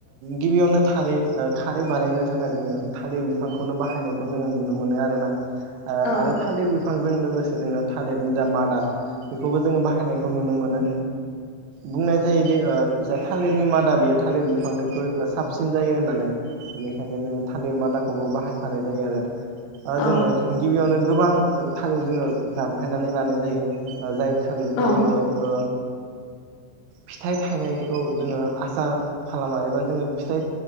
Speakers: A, on the right; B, on the left.
A: गिबियावनो थारै खारै बानायनो थाखाय जोङो थालिर बिफांखौनो बाहायनायखौ जोङो नुनो मोनो आरोना
B: औ
A: आरो थालिर बिफांजों लोगोसे लोगोसे जोङो थालिरनि जा मादा बेखौबो जोङो बाहायनायखौ नुनो मोनो बुंनाय जायोदि जा थालिरनि मादा बेयो थालिर बिफांनिखौ साबसिन जायो होननानै बेनिखायनो जोङो थालिर मादाखौबो बाहायफानाय जायो आरो। जोङो
B: औ
A: गिबियावनो गोबां थालिर जोङो दानफायनानै लानाय जायो जाय थालिरखौ
B: औ
A: जोङो ओ फिथाइ थायनाय खौ जोङो आसा खालामा एबा जोङो फिथाइ